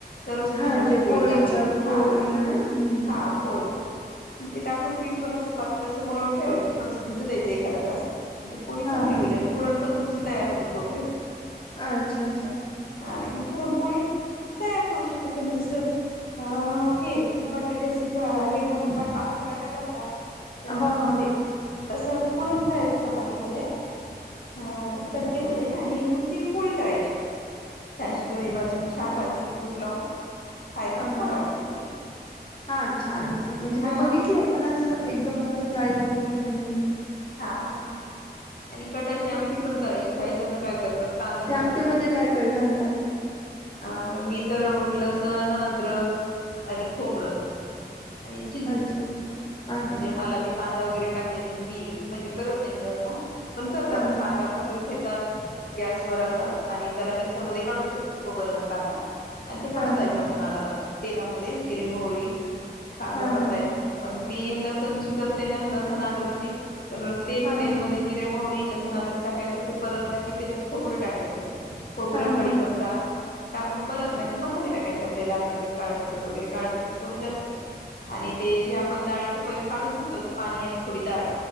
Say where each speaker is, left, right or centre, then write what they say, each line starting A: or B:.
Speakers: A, on the left (about 60°); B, on the left (about 30°).
A: तरच पूर्णाची
B: हा ते
A: पोळी
B: पोळीच्या
A: चांगली होती
B: पोळीला
A: हा
B: ना हम् हम
A: हा पोळी मग ते टाकून पीठ पण असं पातळ असं मळून ठेवायचं थोडसं भिजू द्यायचं एखादा तास म्हणजे पोळी
B: हा
A: चांगली होईल आणि पुरण पण तुमचं तयार होतं तोपर्यंत.
B: अच्छा अच्छा.
A: आणि मग पुरणपोळी तयार करू शक तर तुम्ही जसं अ हे बटाट्याचे हे घालून आलू पराठा करता चा
B: हो
A: ह्याच्यामध्ये
B: हा हा
A: तसं पुरण भरायच चपातीमध्ये, अ कणकेमध्ये आणि मग ती पोळी करायची छान अशी दोन्ही बाजून छान भाजली की तूप लावून खायला
B: ह ह
A: छान वाटते ते
B: हा छान होते, म्हणजे मी
A: हा
B: बघितलेय पण असं एकदम असं ट्राय करून कधी नाय
A: हा हा हा हा. आणि कटाची आमटी पण करायची काही जण काय करतात. कांदा
B: ते आमटीमध्ये
A: भाजून
B: काय काय घालतात?
A: हा आता मी तर, लसण, अद्रक आणि खोबरं आणि चिंच.
B: अच्छा अच्छा अच्छा
A: म्हणजे मला ते कांदा वगैरे टाक मी म्हणजे करत नाही सहसा. पण करतात
B: हा
A: कांदा भाजून घेत तात गॅस वर असाच आणि त्याला मिक्सर मध्ये काढून घेतात खोबरं अन कांदा आणि ते
B: हा
A: परतायचं
B: हा
A: पुन्हा अ तेलामध्ये जिरे, मोहरी कांदा
B: हा
A: परतायचा
B: हा हा
A: पण मी लसण ची करते ना लसण, अद्रकची तर अ तेल
B: हा
A: तेल
B: हा
A: मध्ये जिरे मोह तील, लसण, अद्रक टाकायचा ते परतला की त्याच्यात खोबरं टाकायचं. खोबरं
B: हा
A: कडीपत
B: हा
A: टाकून परतला की मसाले टाकायचे आपले लाल तिखट, काळ तिखट वगैरे काळ तिखट थोडं जास्त आणि ते जे आपण डाळीचं पहिलं काढून घेतलं होतं पाणी आणि थोडी डाळ